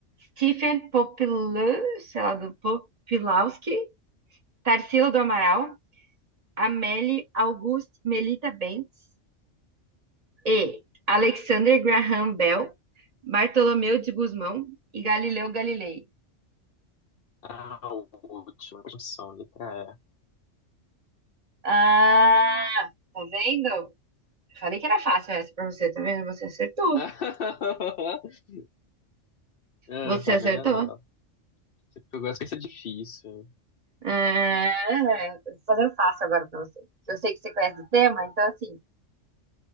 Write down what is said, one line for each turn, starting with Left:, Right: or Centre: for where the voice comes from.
Right: Stephen Popilou, sei lá, do Popilowski, Tarsila do Amaral, Amélie Auguste Melita Bentes e Alexander Graham Bell, Bartolomeu de Gusmão e Galileu Galilei.
Left: A última opção, letra
Right: Ah, tá vendo? Falei que era fácil essa pra você, tá vendo? Você acertou.
Left: E. <laughs> Ah,
Right: Você
Left: tá
Right: acertou?
Left: vendo? Você pegou essa isso é difícil.
Right: Ah, eu tô fazendo fácil agora pra você. Eu sei que você conhece o tema, então assim,